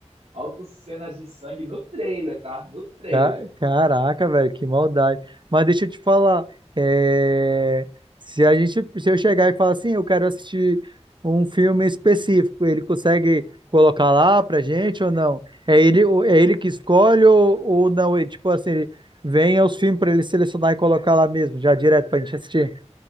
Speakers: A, on the right; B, on the right.
A: altas cenas de sangue no trailer, tá? No trailer.
B: Ca- Caraca, velho, que maldade. Mas deixa eu te falar, é, se a gente, se eu chegar e falar assim, eu quero assistir um filme específico, ele consegue colocar lá pra gente ou não? É ele, o- é ele que escolhe ou, ou não? Ele, tipo assim, ele vem aos filmes pra ele selecionar e colocar lá mesmo, já direto pra gente assistir.